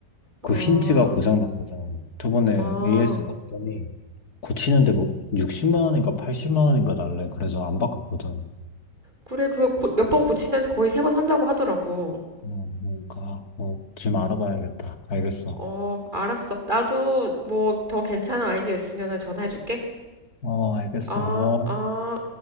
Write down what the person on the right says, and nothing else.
어,
어.
그래, 그거 몇번 고치면서 거의 새 거 산다고 하더라고.
어, 알았어. 나도 뭐 더 괜찮은 아이디어 있으면 전화해줄게.
어,
어.